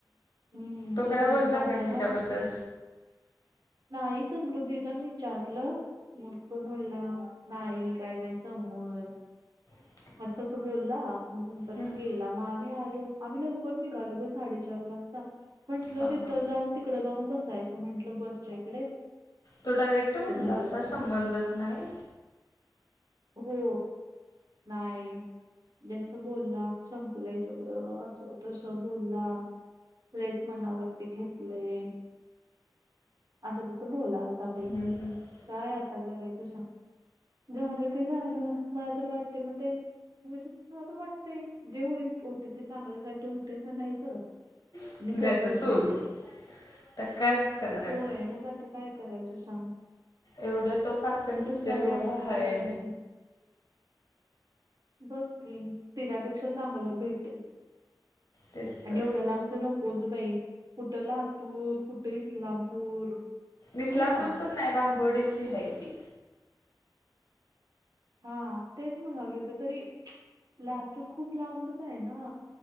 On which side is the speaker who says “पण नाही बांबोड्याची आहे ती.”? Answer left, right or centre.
Left